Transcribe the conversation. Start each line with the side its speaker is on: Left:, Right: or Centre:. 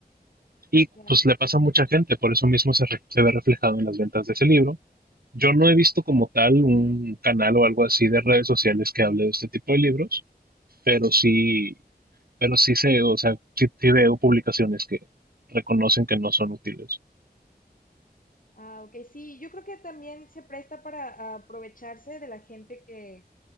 Right: y
Left: ya.
Right: pues le pasa a mucha gente, por eso mismo se, re- se ve reflejado en las ventas de ese libro. Yo no he visto como tal un canal o algo así de redes sociales que hable de este tipo de libros, pero
Left: Mm.
Right: sí, pero sí sé, o sea, sí, sí veo publicaciones que reconocen que no son útiles.
Left: Ah, ok, sí, yo creo que también se presta para aprovecharse de la gente que,